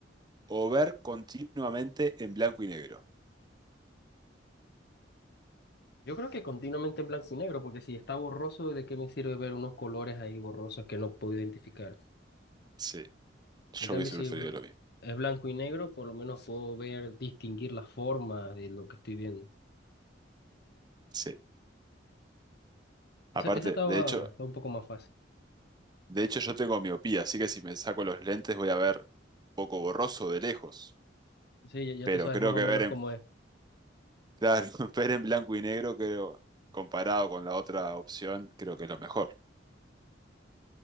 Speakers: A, on the right (about 25°); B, on the left (about 60°).
A: o ver continuamente en blanco y negro?
B: Yo creo que continuamente en blanco y negro, porque si está borroso, ¿de qué me sirve ver unos colores ahí borrosos que no puedo identificar?
A: Sí, yo
B: En cambio,
A: hubiese
B: si
A: preferido lo mismo.
B: es blanco y negro, por lo menos puedo ver, distinguir las formas de lo que estoy viendo.
A: Sí.
B: Esa,
A: Aparte,
B: esa estaba,
A: de hecho,
B: está un poco más fácil.
A: de hecho yo tengo miopía, así que si me saco los lentes voy a ver un poco borroso de lejos.
B: Sí, ya, ya
A: Pero
B: tú sabes
A: creo
B: más
A: que
B: o menos
A: ver en,
B: cómo es.
A: Claro, <laughs> ver en blanco y negro, creo, comparado con la otra opción, creo que es lo mejor.